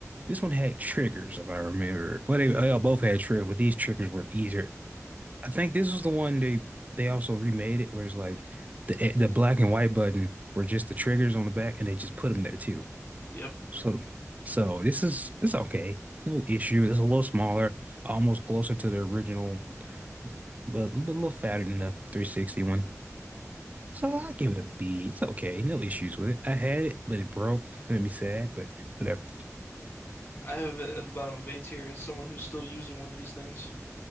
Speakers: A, on the right (about 30°); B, on the left (about 45°).
A: this one had triggers, if I remember. Well, they, they all both had triggers, but these triggers were easier. I think this was the one they they also remade it, where it's like the the black and white button were just the triggers on the back, and they just put them there too.
B: Yep.
A: So so this is it's okay, no issue. It's a little smaller, almost closer to the original, but, but a little fatter than the three sixty one. So I give it a B. It's okay. No issues with it. I had it, but it broke. It made me sad, but whatever.
B: I have it at the bottom of A tier is someone who's still using one of these things.